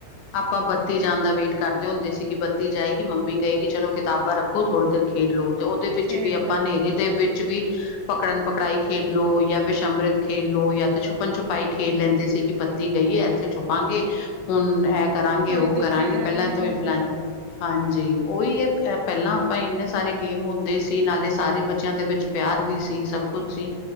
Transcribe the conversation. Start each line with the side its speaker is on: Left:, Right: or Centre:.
Left: ਆਪਾਂ ਬੱਤੀ ਜਾਣ ਦਾ ਵੇਟ ਕਰਦੇ ਹੁੰਦੇ ਸੀ ਕਿ ਬੱਤੀ ਜਾਏਗੀ ਮੰਮੀ ਕਹੇਗੀ ਚਲੋ, ਕਿਤਾਬਾਂ ਰੱਖੋ ਥੋੜੀ ਦੇਰ ਖੇਡ ਲੋ ਤੇ ਉਹਦੇ ਵਿੱਚ
Right: ਖੇਡ
Left: ਵੀ ਆਪਾਂ
Right: ਲਾ
Left: ਨੇਰੇ ਦੇ ਵਿੱਚ ਵੀ ਪਕੜਨ ਪਕੜਾਈ ਖੇਲੋ ਜਾਂ ਵਿਸ਼ ਅੰਮ੍ਰਿਤ ਖੇਲੋ ਜਾਂ ਤੇ ਛੁਪਨ ਛੁਪਾਈ ਖੇਡ ਲੈਂਦੇ ਸੀ। ਕਿ ਬੱਤੀ ਗਈ ਹੈ ਇੱਥੇ ਛੁਪਾਂਗੇ, ਤੇ ਹੁਣ ਇਹ ਕਰਾਂਗੇ,
Right: ਕੋਈ
Left: ਉਹ ਕਰਾਂਗੇ,
Right: ਦਿਖੇਗਾ
Left: ਪਹਿਲਾਂ
Right: ਨਹੀਂ
Left: ਤੋਂ ਹੀ ਪਲੈਨ, ਹਾਂਜੀ ਉਹੀ ਹੈ ਇਹ ਪਹਿਲਾਂ ਆਪਾਂ ਇੰਨੇ ਸਾਰੇ ਗੇਮ ਹੁੰਦੇ ਸੀ ਨਾਲੇ ਸਾਰੇ ਬੱਚਿਆਂ ਦੇ ਵਿੱਚ ਪਿਆਰ ਵੀ ਸੀ ਸਭ ਕੁਛ ਸੀ।